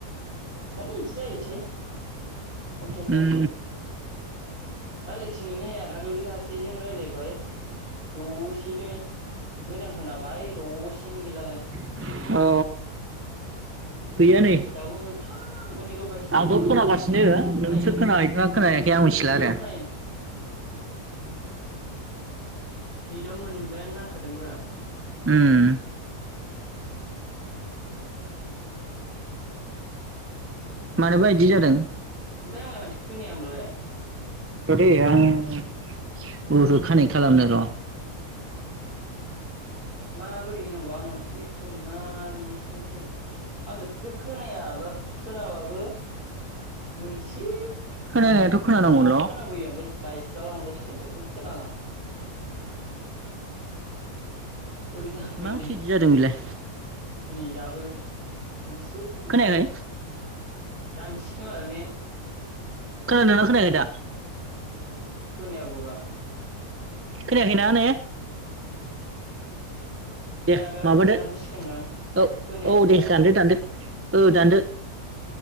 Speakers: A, on the right; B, on the right.
A: मानो इदि जायोथाय अयथासारसो।
B: उम
A: रायलायथिंनोनो हाया दाख्लैबो सासेजों रायलायबाय दसेनो मोजां खोनाबाय दसेनो गैलालाय।
B: अ गैया नै
A: दाबो मोनफा मोननैल' बायस्रा
B: आंथ'
A: बुस्राल'
B: खोनागासिनो
A: खोनायो
B: नोंसो
A: नै
B: खोनाहैदना खोनाहैयाखै
A: दसेल'
B: आं मिथिला आरो।
A: खोनायो नेदा मोनबायानो नांखादोंब्रा।
B: उम मानोबा इदि जादों।
A: ओमफाय आंलाय मानोथो खोनाया होमबालाय।
B: र'दे आं ब्लुथुथ कानेक्ट खालामनो र'।
A: माबोरै होननांगौ आंनावसो नेट खम ना नोंनावसो नेट खम। आं जेब्बो खोनाया बा खोनाबाबो मोनसे
B: खोनानायाथ' खोनानांगौल'
A: फिसाल' खोनाफैयो ओमफाय बायस्रालांजाजोबसिगोन जेबो लांजोबसिगोन जेब्बो खोनाला। बोरै जागोन
B: माथो
A: दे
B: इदि जादों बेलाय
A: नै दाबो मोनसेल'
B: खोनायाखै
A: खोनायो दाननिसै खोमादां ने?
B: खोनादोंना खोनायाखै दा?
A: खोनायाबोबा।
B: खोनायाखैना ने?
A: ना
B: दे
A: दा
B: माबादो
A: दानजासिगोनदां
B: औ
A: खोनायाबोबा
B: औ दे दानदो दानदो ओ दानदो।